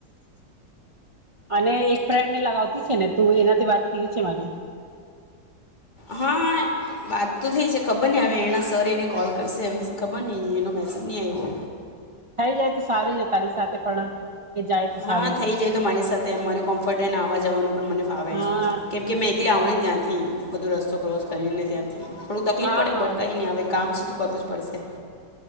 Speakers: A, on the right; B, on the left.
A: અને એક ફ્રેન્ડ ને લગાવતી છે ને તું એનાથી વાત થયું છે મારું
B: હા વાત તો થઈ છે ખબર નહી હવે એના સર એને કોલ કરશે હવે ખબર નહી એનો મેસેજ નહી આવ્યો
A: થઈ જાય તો સારું ને તારી સાથે પણ એ જાય તો
B: હા
A: સારું
B: થઈ જાય તો મારી સાથે મારે કોમ્ફર્ટ ને આવા જવાનું પણ મને ફાવે
A: હા
B: કેમ કે મેં એકલે આવું ને ત્યાંથી બધું રસ્તો ક્રોસ કરી ને ત્યાં થોડું તકલીફ
A: હા
B: પડે
A: હા
B: બટ કઈ નને હવે કામ છે તો કરવું જ પડશે